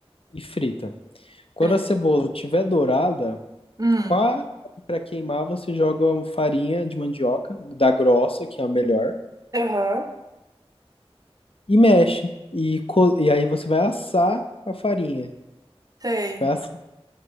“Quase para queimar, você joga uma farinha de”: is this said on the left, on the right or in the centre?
Left